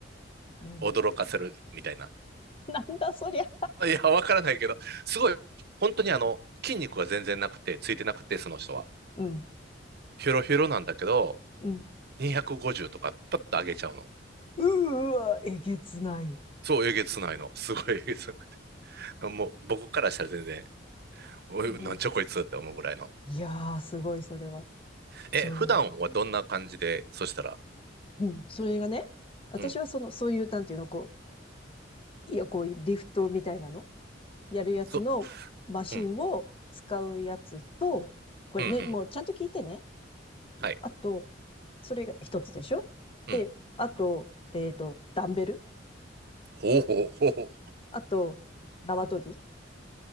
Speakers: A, on the left (about 30°); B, on the right (about 55°).
A: うん。
B: 驚かせるみたいな。
A: <laughs> なんだそりゃ。
B: いや、わからないけど、すごい、本当にあの、筋肉が全然なくて、ついてなくて、その人は。
A: うん、
B: ヒョロヒョロなんだけど、
A: うん。
B: 250とか、パッと上げちゃうの。
A: うーわ、えげつない。
B: そう、えげつないの。すごいえげつない。もう、僕からしたら全然、おい、
A: も
B: なんちゃこいつって思うぐらいの。
A: う、いやー、すごい、それは。
B: え、
A: そ
B: 普段はどんな感じで、そしたら、
A: う。うん、それがね、私はその、
B: うん、
A: そういう、なんていうの、こう、いや、こう、リフトみたいなの、やるやつのマシンを使うやつと、
B: そ、うん、
A: これね、
B: うん、うん、
A: もうちゃんと聞いてね。
B: はい、
A: あと、それが一つでしょで、
B: うん、
A: あと、えっ、と、ダンベル
B: ほうほうほうほう。
A: あと、縄跳び